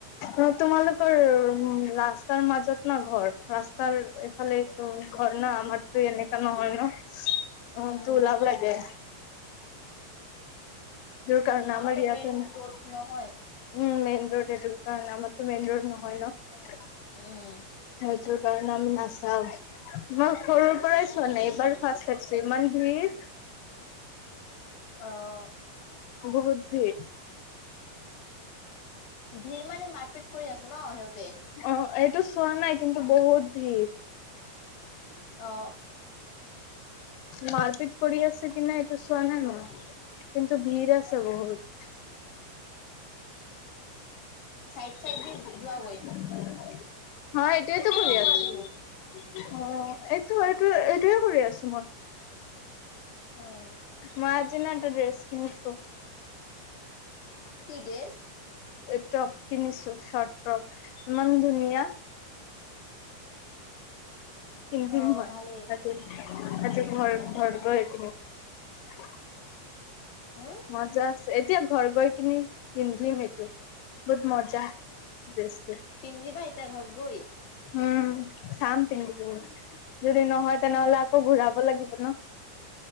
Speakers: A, on the left; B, on the left.
A: অ', তোমালোকৰ উম, ৰাস্তাৰ মাজত না ঘৰ ৰাস্তাৰ এফালে। তোৰ ঘৰ ন' আমাৰতো এনেকা নহয় ন' অ,
B: উম,
A: তোৰ ওলাব লাগে। ক' ন
B: আমাৰতো
A: ম
B: মেইন
A: আছে ন।
B: ৰোড নহয়।
A: উম' মেইন ৰোড এইটুু কাৰণে আমাৰতো মেইন ৰোড নহয় ন?
B: উম।
A: কাৰণে আমি নাচাওঁ মই সৰুৰ পৰাই চোৱা নাই এইবাৰ ফছো চাইছোঁ ইমান ভিৰ
B: আহ।
A: বহুত ভিৰ
B: ভিৰ মানে মাৰপিত কৰি আছো ন সিহঁতে।
A: অ এইটো চোৱা নাই কিন্তু বহুত ভিৰ
B: অ'
A: মাৰপিট কৰি আছে কি না এইটো চোৱা না নাই কিন্তু ভিৰ আছে বহুত।
B: <inaudible> চাইড চাইড দি
A: হাঁ
B: যোৱাগৈ।
A: এইটোৱেতো
B: একো
A: কৰি
B: নকৰেতো।
A: আছোঁ। অ', এইটো এইটো এইটোয়ে
B: কি
A: কৰি আছোঁ মই।
B: অ',
A: মই আজি না এটো ড্ৰেছ কিনিছো।
B: বিদেশ।
A: এইটপ কিনিছো শৰ্ট টপ ইমান ধুনীয়া। পিন্ধিম
B: অ',
A: মই
B: ভালেই।
A: আজি। আজি ঘৰ ঘৰ গৈ পিন্ধিম।
B: উম,
A: মজা, আছে এতিয়া ঘৰ গৈ কিনি পিন্ধিম সেইটো বহুত মজা। ড্ৰেছটো
B: পিন্ধিবা এতিয়া ঘৰত গৈ।
A: উম, চাম পিন্ধি কিনি, যদি নহয় তেনেহলে আকৌ ঘূৰাব লাগিব ন।